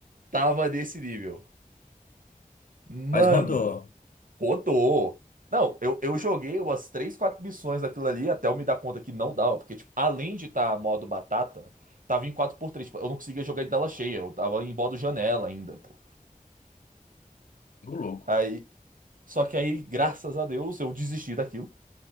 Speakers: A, on the right; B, on the left.
A: Tava desse nível. Mano,
B: Mas rodou.
A: rodou. Não, eu, eu joguei umas três, quatro missões daquilo ali até eu me dar conta que não dava, porque, tipo, além de estar modo batata, tava em quatro por três. Tipo, eu não conseguia jogar de tela cheia, eu tava em modo janela ainda, pô.
B: Tô louco.
A: Aí, só que aí, graças a Deus, eu desisti daquilo.